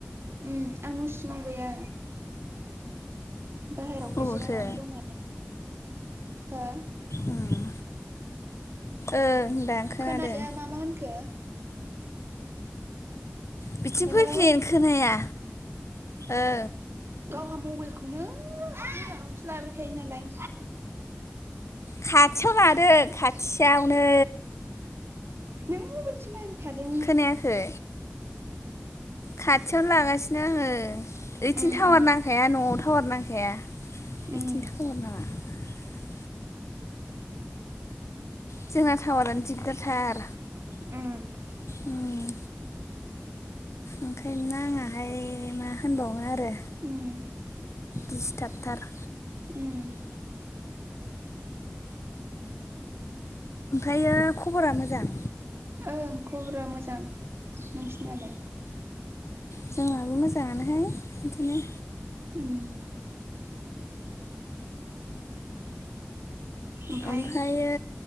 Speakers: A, on the right; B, on the left.
A: ओ आं न' सिङाव गैया। बाहेरावसो
B: अबावथो
A: जिरायनानै दङ हो
B: उम ओं दां खोनादों
A: खोनासै आं मा मा होनखो?
B: बिथिं
A: हेलौ
B: फैफिन खोनाया ओ।
A: गावहा मबाइलखौनो गोजानावसो लाबाय थायो नालाय।
B: खाथियाव लादों खाथियावनो।
A: नों मबाइलसो नायबायथादों
B: खोनायाखै खाथियावनो लागासिनो आङो ओइथिं
A: उम
B: टावार
A: उम
B: नांखाया न'आव टावार नांखाया। <inaudible>
A: उम
B: जोंना टावारानो दिगदारथार
A: <inaudible> उम
B: उम ओंखायनो नांआहाय मा होनबानो आरो
A: उम
B: दिस्टाबटार
A: उम
B: <unintelligible> खबरा मोजां
A: ओं खबरा मोजां नोंसिनालाय?
B: जोंहाबो मोजाङानोहाय बिदिनो
A: उम ओमफ्राय?
B: ओमफ्रायो